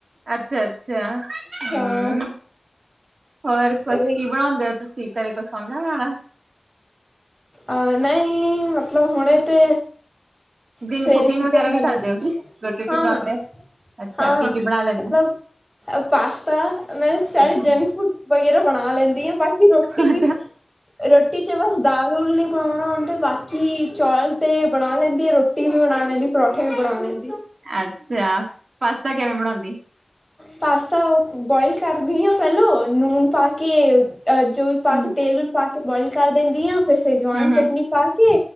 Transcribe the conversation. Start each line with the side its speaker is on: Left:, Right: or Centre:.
Right: ਅੱਛਾ-ਅੱਛਾ। ਹੂੰ,
Centre: ਹਾਂ
Right: ਹੋਰ ਕੁਛ
Centre: ਤੇ ਉਹੀ
Right: ਕੀ ਬਣਾਉਂਦੇ ਹੋ ਤੁਸੀਂ ਘਰੇ ਕੁਛ ਆਉਂਦਾ ਬਣਾਣਾ?
Centre: ਅਹ ਨਹੀਂ ਮਤਲਬ ਹੁਣੇ ਤੇ
Right: ਕੁਕਿੰਗ
Centre: ਸਵੇਰੇ
Right: ਕੁਕਿੰਗ
Centre: ਚਿਕਨ
Right: ਵਗੈਰਾ
Centre: ਬਣੇ,
Right: ਵੀ ਕਰਦੇ ਹੋ ਕੀ ਰੋਟੀ ਰੂਟੀ
Centre: ਹਾਂ-ਹਾਂ।
Right: ਬਣਾਉਂਦੇ ਅੱਛਾ
Centre: ਹਾਂ-ਹਾਂ
Right: ਕੀ ਕੀ ਬਣਾ ਲੈਂਦੇ
Centre: ਮਤਲਬ ਪਾਸਤਾ ਮੈਂ ਸਾਰੇ
Right: ਅੱਛਾ
Centre: ਜੰਕ ਫੂਡ ਵਗੈਰਾ ਬਣਾ ਲੈਂਦੀ ਹਾਂ ਬਾਕੀ ਰੋਟੀ
Right: ਅੱਛਾ
Centre: ਰੋਟੀ 'ਚ ਬਸ ਦਾਲ-ਦੂਲ ਨੀ ਪਾਵਾਂ ਬਣਾਉਣ ਤੇ ਬਾਕੀ ਚੌਲ ਤੇ ਬਣਾ ਲੈਂਦੀ ਆ ਰੋਟੀ ਵੀ ਬਣਾ ਲੈਂਨੀ ਪਰੌਠੇ ਵੀ ਬਣਾ ਲੈਂਨੀ।
Right: ਅੱਛਾ ਪਾਸਤਾ ਕਿਵੇਂ ਬਣਾਉਨੀ?
Centre: ਪਾਸਤਾ ਬੋਆਇਲ ਕਰਦੀ ਆ ਪਹਿਲੋਂ ਨੂਨ ਪਾ ਕੇ। ਅਹ ਜੋ ਵੀ ਪਾ
Right: ਹੂੰ
Centre: ਕੇ ਤੇਲ ਨੂੰ ਪਾ ਕੇ ਬੁਆਇਲ ਕਰ ਦਿੰਦੀ ਆ। ਫਿਰ ਸ਼ੇਜਵਾਨ
Right: ਹੂੰ
Centre: ਚਟਨੀ
Right: ਹੂੰ
Centre: ਪਾ ਕੇ,